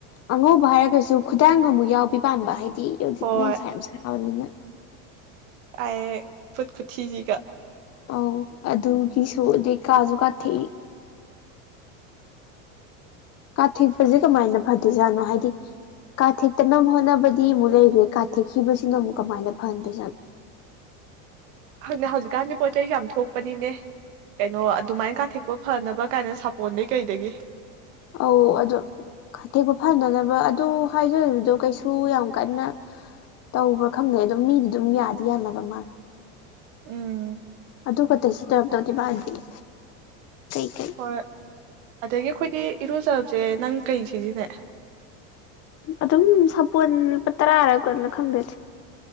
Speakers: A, on the left; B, on the right.
A: ꯑꯉꯧꯕ ꯍꯥꯏꯔꯒꯁꯨ ꯈꯨꯗꯥꯡ ꯑꯃꯨꯛ ꯌꯥꯎꯕꯤ ꯄꯥꯟꯕ ꯍꯥꯏꯗꯤ ꯀꯖꯤ
B: ꯍꯣꯏ
A: ꯀꯅꯨ ꯁꯥꯔ ꯁꯥ ꯑꯃꯅꯤꯅꯤꯅ
B: ꯑ ꯈꯨꯠ ꯈꯨꯨ ꯊꯤꯁꯤꯒ
A: ꯑꯧ ꯑꯗꯨꯒꯤꯁꯨ ꯑꯗꯩ ꯀꯥꯖꯨ ꯀꯥꯊꯦꯛꯏ ꯀꯥꯊꯦꯛꯄꯖꯦ ꯀꯃꯥꯏꯅ ꯐꯗꯣꯏꯖꯥꯅꯣ ꯍꯥꯏꯗꯤ ꯀꯥꯊꯦꯛꯇꯅꯕ ꯍꯣꯠꯅꯕꯗꯤ ꯑꯃꯨꯛ ꯂꯩꯒ꯭ꯔꯦ ꯀꯥꯊꯦꯛꯈꯤꯕꯁꯤꯅ ꯑꯃꯨꯛ ꯀꯃꯥꯏꯅ ꯐꯍꯟꯗꯣꯏꯖꯥꯅꯣ
B: ꯈꯪꯗꯦ ꯍꯧꯖꯤꯛꯀꯥꯟꯗꯤ ꯄꯣꯠ ꯆꯩꯁꯨ ꯌꯥꯝ ꯊꯣꯛꯄꯅꯤꯅꯦ ꯀꯩꯅꯣ ꯑꯗꯨꯃꯥꯏꯅ ꯀꯥꯊꯦꯛꯄ ꯐꯅꯕ ꯀꯥꯏꯅ ꯁꯥꯄꯣꯟꯗꯩ ꯀꯩꯗꯒꯤ
A: ꯑꯧ ꯑꯗꯣ ꯊꯦꯛꯄ ꯐꯅꯅꯕ ꯑꯗꯨ ꯍꯥꯏꯗꯣꯔꯤꯕꯗꯣ ꯀꯩꯁꯨ ꯌꯥꯝ ꯀꯟꯅ ꯇꯧꯕ꯭ꯔꯥ ꯈꯪꯗ꯭ꯔꯦ ꯑꯗꯨꯝ ꯃꯤꯗꯤ ꯑꯗꯨꯝ ꯌꯥꯗꯤ ꯌꯥꯅꯕ ꯃꯥ
B: ꯎꯝ
A: ꯑꯗꯨ ꯈꯛꯇ ꯁꯤ ꯇꯧꯔꯞ ꯇꯧꯗꯤ ꯃꯥꯒꯤꯗꯤ ꯀꯩꯀꯩ
B: ꯍꯣꯏ ꯑꯗꯒꯤ ꯑꯩꯈꯣꯏꯗꯤ ꯏꯔꯨꯖꯕꯁꯦ ꯅꯪ ꯀꯩ ꯁꯤꯖꯤꯅꯩ
A: ꯑꯗꯨꯝ ꯁꯥꯄꯣꯟ ꯂꯨꯄꯥ ꯇꯔꯥꯔ ꯀꯣꯟꯅ ꯈꯪꯗꯦ